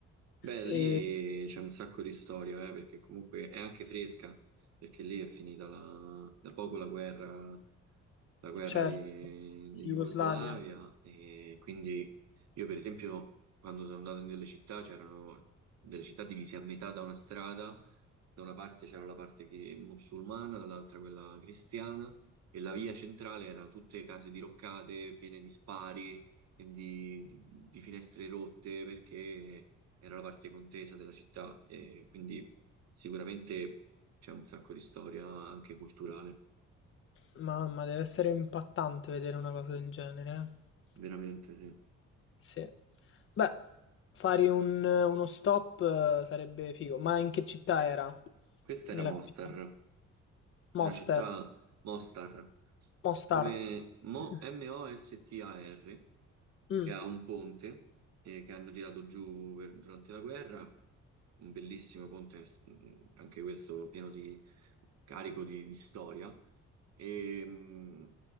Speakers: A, on the right (about 60°); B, on the left (about 45°).
A: Beh,
B: E
A: lì eh, c'è un sacco di storia, eh, perché comunque è anche fresca, perché lì è finita la- da poco la guerra, la guerra
B: certo,
A: di, di
B: Jugoslavia.
A: Jugoslavia e quindi io per esempio quando sono andato nelle città c'erano delle città divise a metà da una strada, da una parte c'era la parte chi- musulmana, dall'altra quella cristiana e la via centrale erano tutte case diroccate, piene di spari e di di- di finestre rotte perché era la parte contesa della città e quindi sicuramente c'è un sacco di storia anche culturale,
B: Mamma, deve essere impattante vedere una cosa del genere, eh.
A: veramente sì.
B: Sì. Beh, fare un- uno stop eh, sarebbe figo. Ma in che città era?
A: Questa
B: Nella
A: era Mostar,
B: capitale?
A: una
B: Mostar.
A: città Mostar,
B: Mostar.
A: come Mo-
B: <laughs>
A: M-O-S-T-A-R,
B: Mm,
A: che ha un ponte eh, che hanno tirato giù per- durante la guerra, un bellissimo ponte, s- mm, anche questo pieno di carico di, di storia, E, mh,